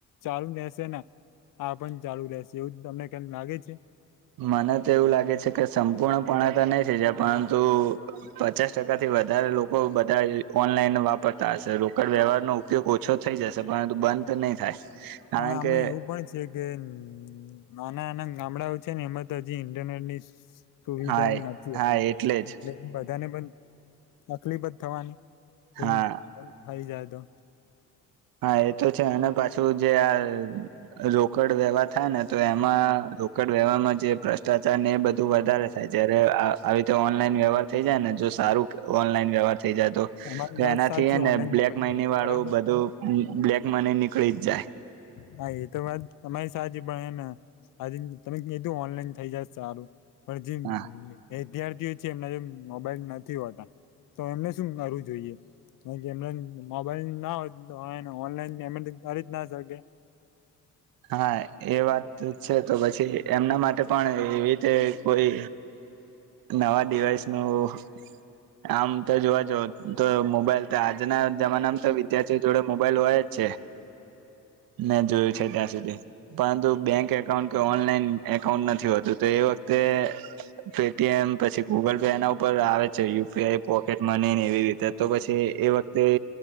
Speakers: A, on the left; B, on the right.
A: ચાલુ ને આ પણ ચાલુ રહેેશે એવું તમને કેમ લાગે છે.
B: મને તો એવું લાગે છે કે સંપૂર્ણપણે તો નહી થ‍ઈ‌ જાય પરંતુ પચાસ ટકા થી વધારે લોકો બધા ઓનલાઈન વાપરતા હશે રોકડ વ્યવહાર નો ઉપયોગ ઓછો થઈ જશે પરંતુ અત્યારે તો નહી થાય. કારણ
A: અને અમે
B: કે
A: એવું પણ છએ કે નાના નાના ગામડાઓ છે ને એમાં તો હજી ઇન્ટરનેટ ની સુવિધા
B: હા
A: નથી
B: હા
A: આવી,
B: જ
A: એટલે એ બધાને પણ તકલીફ જ થવાનીમ
B: હા
A: થઇ જાય તો.
B: હા એ તો છે, અને પાછું જે આ રોકડ વ્યવહારો થાય ને તો એમાં રોકડ વ્યહારમાં જે ભ્રષ્ટાચાર ને એ બધું વધારે થાય જયારે આવી રીતે ઓનલાઈન વ્યવહાર થઈ જાય ને જોઈ. સારું ઓનલાઈન વ્યવહાર થઇ જાયતો
A: તમારી
B: તો
A: વાત
B: એનાથી
A: સાચી
B: ને
A: ઓનલાઈન
B: બ્લેક
A: પેમેન્ટ
B: મની
A: થઈ જાય
B: વાળું
A: બરાબર
B: બધું બ્લેક મની નીકળી જ જાય.
A: હા એ તો તમારી સાચી પણ એન આજ તમે એધું ઓનલાઈન થઈ જ સારું પણ
B: હા
A: જે વિદ્યાર્થીઓ છે એમના જે મોબાઈલ નથી હોતા તો એમને શું કરવું જોઈએ. જેમ મોબાઈલ ના હોય ઓનલાઈન પેમેન્ટ કરી જ ના શકે
B: હા એ વાત છે તો પછી એમના માટે પણ એવી રીતે કોઈ નવા ડીવાઈસ નું આમ તો જોવા જ તો મોબાઈલ તો આજના જમાનામાં તો વિદ્યાર્થીઓ જોડે મોબાઈલ હોય જ છે. મે જોયું છે ત્યાં પરંતુ બેંક એકાઉન્ટ કે ઓનલાઈન એકાઉન્ટ નથી હોતું તો એ વખતે પેટીએમ પછી ગૂગલ પે એના ઉપર આવે છે, યુપીઆઈ પોકેટ મની ને એવી રીતે તો પછી એ વખતે